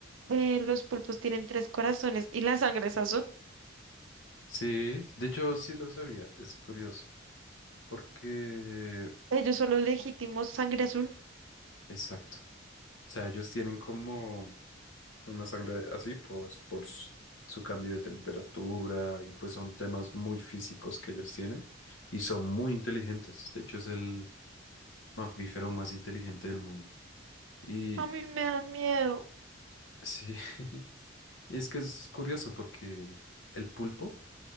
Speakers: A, on the right; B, on the left.
A: eh, los pulpos tienen tres corazones y la sangre es azul?
B: Sí, de hecho sí lo sabía, es curioso, porque...
A: Ellos son los legítimos sangre azul.
B: Exacto. sea, ellos tienen como una sangre así, pues por s- su cambio de temperatura y pues son temas muy físicos que ellos tienen y son muy inteligentes. De hecho, es el mamífero más inteligente del mundo. Y
A: A mí me dan miedo.
B: sí, <laughs> es que es curioso porque el pulpo